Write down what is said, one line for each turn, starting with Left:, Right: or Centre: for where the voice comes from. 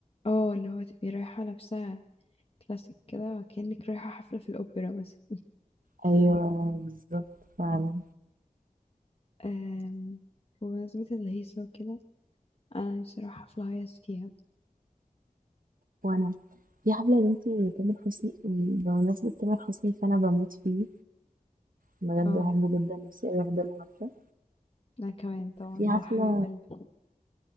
Left: اه اللي هو تبقي رايحة لابسة كلاسيك كده وكأنك رايحة حفلة في الأوبرا مثلا
Right: أيوة بالظبط فعلا
Left: أم... بمناسبة الهيصة وكده أنا نفسي أروح حفلة هيص فيها
Right: وأنا في حفلة يا بنتي تامر حسني بمناسبة تامر حسني فأنا بموت فيه بجد
Left: اه
Right: بحبه جدا نفسي أوي أحضر له حفلة
Left: انا كمان طبعا
Right: في حفلة
Left: ده حبيب قلبي